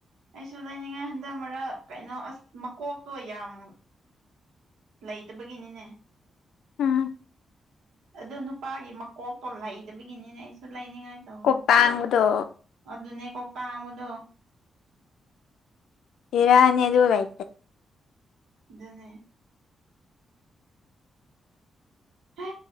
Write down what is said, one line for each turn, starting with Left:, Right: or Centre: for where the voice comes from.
Right: ꯑꯩꯁꯨ ꯂꯩꯅꯤꯡꯉꯥꯏ ꯍꯟꯗꯛ ꯃꯔꯛ ꯀꯩꯅꯣ ꯑꯁ ꯃꯀꯣꯛꯇꯣ ꯌꯥꯝ ꯂꯩꯇꯕꯒꯤꯅꯤꯅꯦ
Left: ꯎꯝ
Right: ꯑꯗꯣ ꯅꯨꯄꯥꯒꯤ ꯃꯀꯣꯛꯇꯣ ꯂꯩꯇꯕꯒꯤꯅꯤꯅꯦ ꯑꯩꯁꯨ ꯂꯩꯅꯤꯉꯥꯏ ꯇꯧꯅꯤ
Left: ꯀꯣꯛ ꯇꯥꯡꯕꯗꯣ
Right: ꯑꯗꯨꯅꯦꯀꯣ ꯀꯥꯡꯥꯡꯕꯗꯣ
Left: ꯏꯔꯅꯤ ꯑꯗꯨꯒꯥꯏꯦ
Right: ꯑꯗꯨꯅꯦ ꯍꯦ